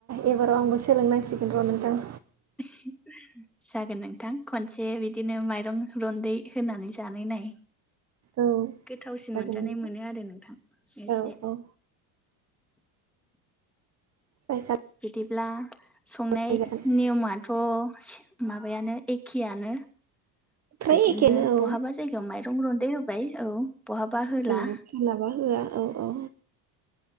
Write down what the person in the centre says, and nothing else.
<unintelligible> जागोन नोंथां खनसे बिदिनो माइरं रन्दै होनानै जानाय नाय
गोथावसिन
मोनजानाय
मोनो आरो नोंथां एसे
बिदिब्ला संनाय
नियमा थ' माबायानो एखेयानो
बिदिनो
बहाबा जायगायाव दैयाव माइरं रुन्दै होबाय औ बहाबा होला